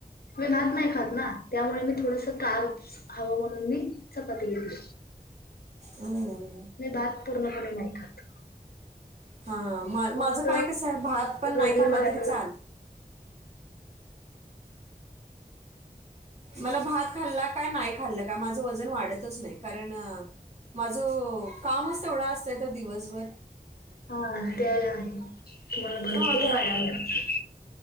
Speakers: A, on the left (about 80°); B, on the right (about 45°).
A: मी भात नाही खात ना त्यामुळे मी थोडस कार्ब हवं म्हणून मी चपात घेतली.
B: हं.
A: मी भात पूर्ण पणे नही खात.
B: हा मा
A: फक्त
B: माझं काय कसं आहे भात पण नाही
A: रविवार
B: खाल्ला तरी चाल मला भात खाल्ला काय नाही खाल्ल का माझं वजन वाढतच नाही कारण माझं कामच तेवढं असतंय त दिवसभर.
A: हा ते आहे. मला भरपूर
B: हां
A: व्यायाम येत